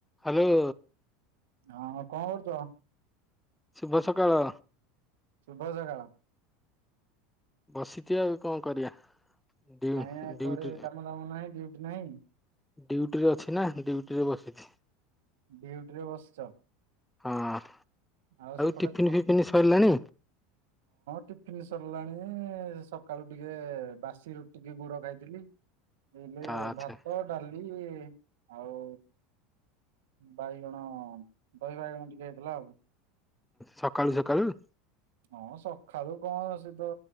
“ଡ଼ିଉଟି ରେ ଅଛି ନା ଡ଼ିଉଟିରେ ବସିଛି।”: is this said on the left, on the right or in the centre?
Centre